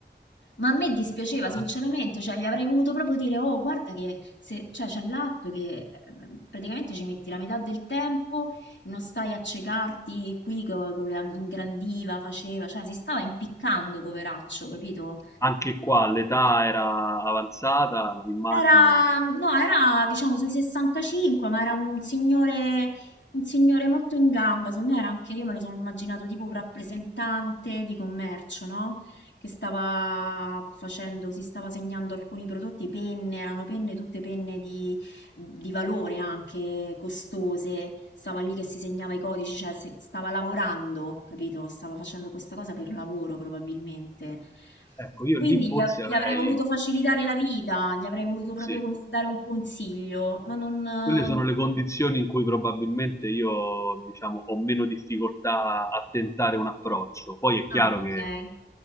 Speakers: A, on the left; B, on the left.
A: Ma a me dispiaceva
B: Eh,
A: sinceramente, cioè gli avrei voluto proprio dire, oh, guarda che se, cioè, c'è l'app che eh, praticamente ci metti la metà del tempo, non stai a ciecarti qui che che voleva- ingrandiva, faceva, cioè si stava impiccando, poveraccio, capito?
B: Anche qua l'età era avanzata, immagino.
A: Era, no, era diciamo sui 65, ma era un signore, un signore molto in gamba. Secondo me era anche, io me lo sono immaginato tipo un rappresentante di commercio, no? Che stava facendo, si stava segnando alcuni prodotti, penne, erano penne, tutte penne di, di valore anche costose, stava lì che si segnava i codici, cioè si- stava lavorando, capito? Stava facendo questa cosa per lavoro probabilmente.
B: Ecco, io
A: Quindi
B: lì forse
A: gli, av- gli
B: avrei,
A: avrei voluto facilitare la vita, gli avrei voluto proprio
B: sì,
A: cons- dare un consiglio, ma non... eh,
B: Quelle sono le condizioni in cui probabilmente io, diciamo, ho meno difficoltà a tentare un approccio. Poi è chiaro
A: Ah, ok.
B: che